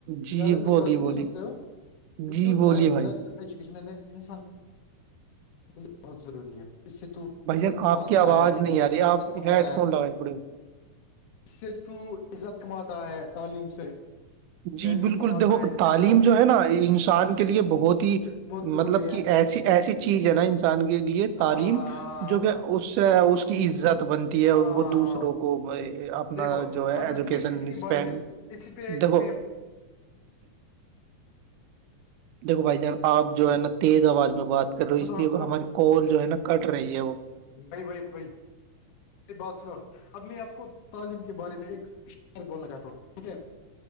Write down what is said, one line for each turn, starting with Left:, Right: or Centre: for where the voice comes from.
Right: جی
Left: یار میری
Right: بولیے
Left: بات کیوں
Right: بولیے
Left: نہیں سنتے ہو
Right: جی
Left: جو
Right: بولیے
Left: تعلیم
Right: بھائی
Left: ہے نا جو ایجوکشن انسان ے بہت ضروری ہے اس سے تو
Right: بھائی
Left: عزت
Right: جان
Left: کماتا
Right: آپ کی آواز
Left: ہے اسے
Right: نہیں
Left: تو
Right: آ رہی
Left: پس
Right: آپ
Left: کماتا
Right: ہیڈ
Left: ہے
Right: فون لگائے پڑے
Left: اس سے تو عزت کماتا ہے تعلیم سے
Right: جی
Left: پیسے
Right: بالکل
Left: کماتا
Right: دیکھو
Left: ہے اس
Right: تعلیم
Left: سے
Right: جو ہے نا انسان کے لیے
Left: اس
Right: بہت ہی
Left: اس سے بہت ضروری
Right: مطلب
Left: ہے
Right: کہ ایسی ایسی چیز ہے نا انسان کے لیے
Left: ہاں
Right: تعلیم
Left: ہاں
Right: جو
Left: ہاں،
Right: کہ اس سے
Left: جو
Right: اس کی عزت بنتی ہے
Left: ہاں
Right: وہ دوسروں
Left: ہاں
Right: کو اپ
Left: دیکھو
Right: جو ہے
Left: اب
Right: ایجوکیشن
Left: میں تمہیں اس کے
Right: اسپین
Left: بارے میں اسی پہ
Right: دیکھو
Left: میں
Right: ج <unintelligible> دیکو بھائی جان آپ جو ہے نا تیز آواز میں بات کر رہے ہو
Left: سنو
Right: اس لیے
Left: سنو
Right: ہماری کال جو ہے نا کٹ رہی ہے وہ
Left: ب بائی کوئی <unintelligible> بات سناو اب میں آپ کو تعلیم کے بارے میں ایک شعر بولنا چاہتا ہوں ٹھیک ہے